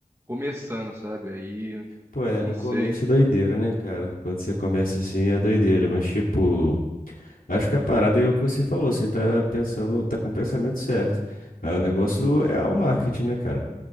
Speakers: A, on the right; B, on the left.
A: começando, sabe? Aí, eu
B: Pô, é, no
A: não sei.
B: começo é doideira, né, cara? Quando você começa assim é doideira, mas tipo. Acho que a parada é o que você falou, você tá pensando, tá com o pensamento certo. Ah,
A: Uhum.
B: O negócio é o marketing, né, cara?